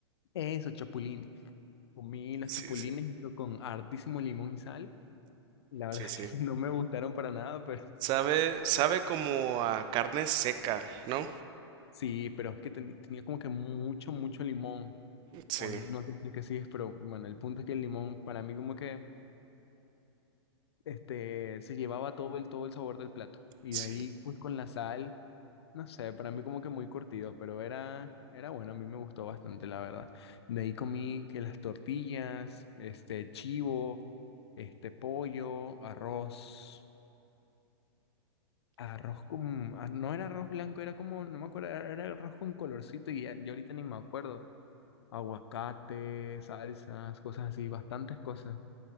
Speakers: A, on the left; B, on the right.
A: eso, chapulines. Comí los
B: sí,
A: chapulines
B: sí.
A: junto con hartísimo limón y sal. La verdad
B: Sí, sí.
A: es que <laughs> no me gustaron para nada, pero
B: Sabe, sabe como a carne seca, ¿no?
A: sí, pero es que ten- tenía como que mucho, mucho limón.
B: Sí,
A: O no sé si es que sí es, pero bueno, el punto es que el limón para mí como que este, se llevaba todo el, todo el sabor del plato. Y
B: sí.
A: de ahí pues con la sal, no sé, para mí como que muy curtido, pero era, era bueno, a mí me gustó bastante, la verdad. De ahí comí que las tortillas, este chivo, este pollo, arroz, arroz con, ah, no era arroz blanco, era como, no me acuerdo, era, era arroz con colorcito y ya, ya ahorita ni me acuerdo. Aguacate, salsas, cosas así, bastantes cosas.